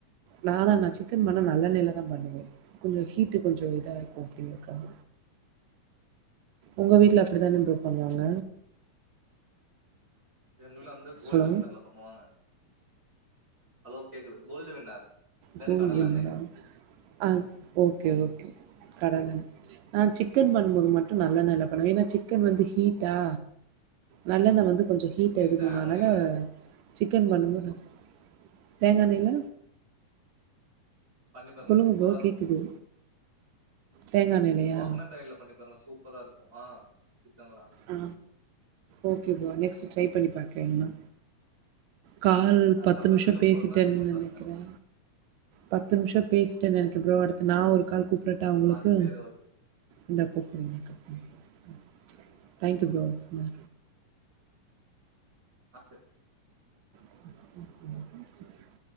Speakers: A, on the right (about 85°); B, on the right (about 25°).
A: நானா நா சிக்கன் பண்ணா நல்லெண்ணைல தா பண்ணுவே கொஞ்சோ ஹீட்டு கொஞ்சோ இதா இருக் கு அப்டிங்கறக்காக உங்க வீட்ல அப்டி தான ப்ரோ பண்வாங்க
B: எங்க வீட்ல வந்து கோல்டு
A: ஹலோ
B: வின்னர்ல பண்ணுவாங்க அலோ கேக்குது கோல்டு வின்னர் இல்லாட்டி
A: கோல்
B: கடலெண்ணெய்.
A: வின்னரா ஆ ஓகே ஓகே கடலெண்ண நா சிக்கன் பண்ணும்போது மட்டு நல்லெண்ணைல பண்ணுவே ஏனா சிக்கன் வந்து ஹீட்டா நல்லெண்ண வந்து கொஞ்சோ ஹீட்ட
B: நீங்க
A: இது
B: தேங்கா
A: பண்ணு அதுனால
B: எண்ணெய்ல
A: சிக்கன் பண்ணும்போது தேங்கெண்ணைல
B: பண்ணி பாருங்க
A: சொல்லுங்க
B: சூப்பரா
A: ப்ரோ
B: இருக்கு
A: கேக்குது தேங்கா எண்ணெய்லயா
B: கோக்னட் ஆயில்ல பண்ணி பாருங்க சூப்பரா இருக்கு ஆ சிக்கன்லா
A: ஆ ஓகேப்பா நெக்ஸ்ட்டு ட்ரை பண்ணி பாக்கறேம்பா கால்
B: அ
A: பத்து
B: பெப்பர்
A: நிம்ஷோ
B: சிக்கன்
A: பேசிட்டேன்
B: போடும்போது செஞ்சு
A: நெனைக்கிறே
B: பாருங்க.
A: பத்து நிம்ஷோ பேசிட்டே நெனைக்கற ப்ரோ அடுத்து நா ஒரு கால் கூப்டட்டா உங்களுக்கு
B: ஆ சரி ஓகே.
A: இந்தா கூப்பட்ற நீங்க கட் பண்ணுங் ஆ தேங்க்யூ ப்ரோ இந்தா
B: ஆ சரி.
A: <inaudible>